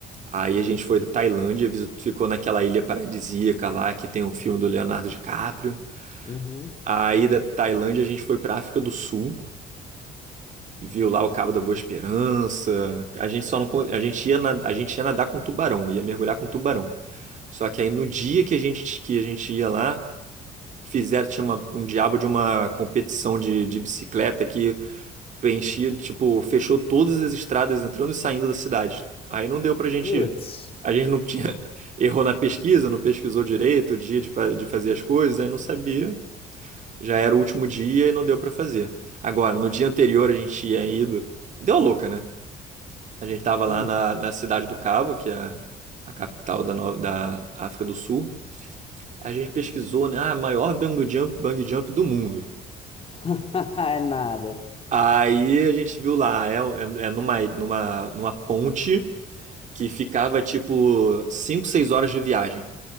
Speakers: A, on the right; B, on the left.
A: Aí a gente foi da Tailândia, visi- ficou naquela ilha paradisíaca lá que tem um filme do Leonardo DiCaprio.
B: Uhum.
A: Aí da Tailândia a gente foi pra África do Sul, viu lá o Cabo da Boa Esperança. A gente só não, con- a gente ia, na- a gente ia nadar com tubarão, ia mergulhar com tubarão. Só que aí no dia que a gente que a gente ia lá, fizeram, tinha uma- um diabo de uma competição de, de bicicleta que preenchia, tipo, fechou todas as estradas entrando e saindo da cidade. Aí não deu pra gente
B: Putz.
A: ir. A gente não tinha,
B: Pô.
A: <laughs> errou na pesquisa, não pesquisou direito o dia de, fa- de fazer as coisas, aí não sabia. Já era o último dia e não deu pra fazer. Agora, no dia anterior a gente tinha ido. Deu a louca, né? A gente tava
B: Hum.
A: lá na, na Cidade do Cabo, que é a, a capital da, no- da África do Sul. A gente pesquisou, né? Ah, maior bungee jump, bungee jump do mundo.
B: <laughs> É nada.
A: Aí a gente viu lá, é, é, é numa, numa, numa ponte que ficava tipo 5 6 horas de viagem.